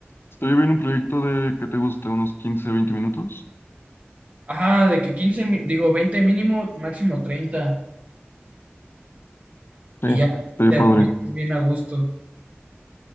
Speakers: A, on the left; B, on the right.
A: Estaría bien un proyecto de que te guste unos quince, veinte minutos.
B: Ajá, de que quince mi- digo veinte mínimo, máximo treinta
A: Sí,
B: y ya
A: estaría
B: te
A: padre.
B: la pasas bien a gusto.